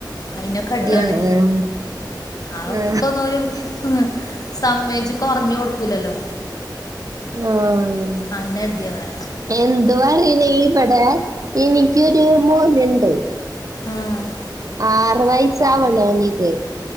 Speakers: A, on the left (about 50°); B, on the right (about 50°).
A: അയിനൊക്കെ അടിയാണ്
B: ആ ആ
A: ആക്കൊന്ന്
B: ആ
A: ഒരു പിസ് സമ്മയിച്ച് കൊറഞ്ഞ് കൊടുക്കൂലല്ലോ
B: ആഹ്
A: ആയിനാടിയാ വടെ
B: എന്ത് പറയ്ണ് ഇവടെ എനിക്കൊരു മോന്ണ്ട്
A: ആഹ്
B: ആറു വയസ് ആവണോ എനിക്ക്